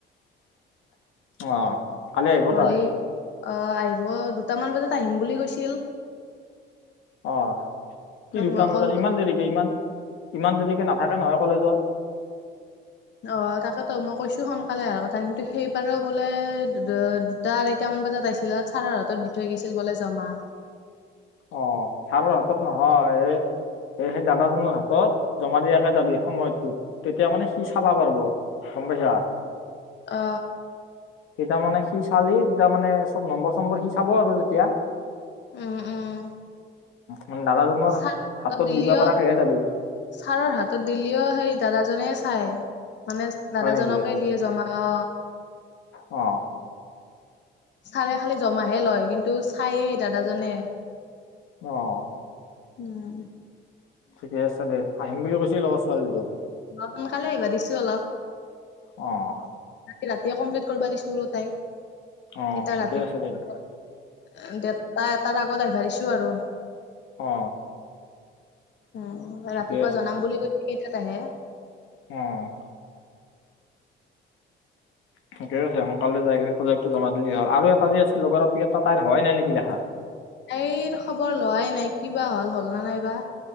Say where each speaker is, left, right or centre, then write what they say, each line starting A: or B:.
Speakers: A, on the left; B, on the left.
A: <inaudible> অ কালি আহিব
B: হলি
A: তাই।
B: অ আহিব দুটামান বজাত আহিম বুলি কৈছিল।
A: অ কি
B: তাত
A: দুটামান
B: মই ক'লো
A: বজাত ইমান দেৰিকে ইমান ইমান দেৰিকে নাথাকে নহয় কলেজত।
B: অ তাকেতো মই কৈছো সোনকালে অহাৰ কথা কিন্তু সেইবাৰো বোলে দুটা আঢ়ৈটা মান মান বজাত আছিল ছাৰৰ হাতত দি থৈ গৈছিল বোলে জমা।
A: অ ছাৰৰ হাতত নহয় এ এ সেই দাদাজনৰ হাতত জমা দিয়াকে যাবি সময়টোত তেতিয়া মানে সি চাবা পাৰিব। গম পাইছা
B: অ
A: তেতিয়া মানে সি চালি তেতিয়া মানে চব নম্বৰ চম্বৰ সি চাব আৰু তেতিয়া।
B: উম উম।
A: মানে দাদাজনৰ
B: ছাৰ হাতত দিলি
A: দিবা
B: অঁ,
A: পাৰাকেহে যাবি
B: ছাৰৰ হাতত দিলি অঁ সেই দাদাজনে, চাই, মানে দাদাজনকে
A: হয় নেকি
B: দিয়ে জমা।
A: অ',
B: চাৰে খালি জমাহে লয় কিন্তু চায়ে এই দাদাজনে।
A: অঁ।
B: উম।
A: ঠিকে আছে দে। আহিম বুলি কৈছিল আকৌ ছোৱালীটো
B: সোনকালে আহিবা দিছো অলপ।
A: অঁ,
B: ৰাতিয়ে কমপ্লিট কৰিব দিছো আৰু তাইক
A: অ',
B: তেতিয়া
A: ঠিকে
B: ৰাতি
A: আছে
B: তাই
A: দে
B: এটাৰ আগত আহিবঢ়িছো আৰু
A: অ।
B: উ
A: ঠিকে
B: ৰাতিপুৱা জনাম বুলি কৈ, কেই তাত আহে।
A: আহ। ঠিকেছে সোনকালে যাই কিনে প্ৰজেক্ট টো জমা দিলে হল আৰু এটা যে আছিল লগৰ এ তাইৰ হয় নাই নেকি দেখা।
B: তাইৰ খবৰ লোৱাই নাই কিবা হল হল না নাইবা।